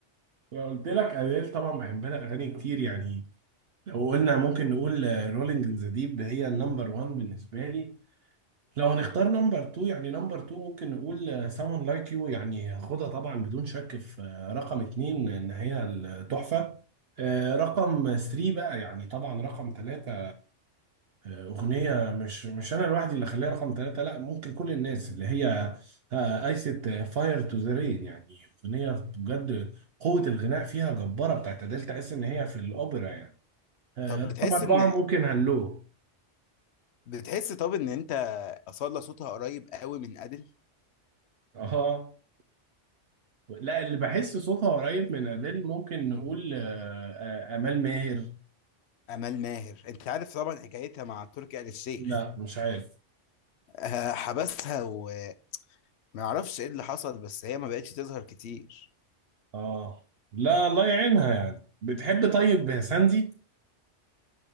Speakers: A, on the right; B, on the left.
A: لو قلت لك أديل طبعا بحب لها أغاني كتير يعني لو قلنا ممكن نقول رولينج ذا ديب هي النمبر 1 بالنسبة لي لو هنختار نمبر 2 يعني نمبر 2 ممكن نقول someone like you يعني هاخدها طبعا بدون شك في آه، رقم اتنين ان هي التحفة آه، رقم 3 بقى يعني طبعا رقم 3 آه، اغنية مش مش انا لوحدي اللي اخليها رقم 3 لا ممكن كل الناس اللي هي ايست فاير تو ذا رين يعني اغنية بجد قوة الغناء فيها جبارة بتاعت أديل تحس ان هي في الاوبرا يعني آه،
B: طب بتحس
A: رقم 4
B: ان
A: ممكن هلو
B: بتحس طب ان انت اصالة صوتها قريب قوي من ادل
A: اه لا اللي بحس صوتها قريب من أديل ممكن نقول آه، آه، آمال ماهر
B: امال ماهر انت عارف طبعا حكايتها مع تركي آل الشيخ
A: لا مش عارف
B: آه، حبسها وما اعرفش ايه اللي حصل بس هي ما بقتش تظهر كتير
A: اه لا الله يعينها يعني بتحب طيب ساندي